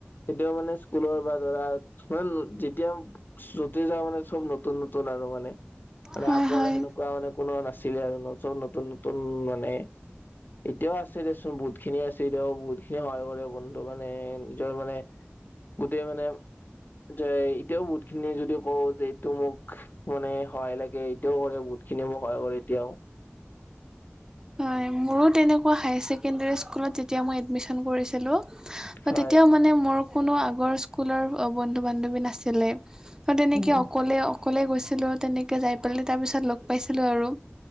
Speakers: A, on the left; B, on the right.
A: তেতিয়া মানে স্কুলৰ বা ধৰা মানে যেতিয়া যতে যাওঁ মানে চব নতুন নতুন আৰু মানে মানে
B: হয়
A: আগৰ
B: হয়
A: সেনেকুৱা মানে কোনো নাছিলে আৰু নতুন নতুন নতুন মানে এতিয়াও আছে দেচোন বহুত খিনি আছে এতিয়াও বহুত খিনি সহায় কৰে বন ত' মানে নিজৰ মানে গোটেই মানে যে এতিয়াও বহুতখিনি যদি কওঁ যে টো মোক মানে সহায় লাগে এইটোও কৰে বহুতখিনিয়ে মোক সহায় কৰে এতিয়াও।
B: হয়, মোৰো তেনেকুৱা হাইয়াৰ ছেকেণ্ডেৰী স্কুলত যেতিয়া মই এডমিশ্যন কৰিছিলোঁ।
A: হয়
B: তেতিয়াও মানে মোৰ কোনো আগৰ স্কুলৰ বন্ধু বান্ধৱী নাছিলে। ত' তেনেকে
A: উম
B: অকলে অকলে গৈছিলোঁ তেনেকৈ যাই পেলাই তাৰপিছত লগ পাইছিলোঁ আৰু।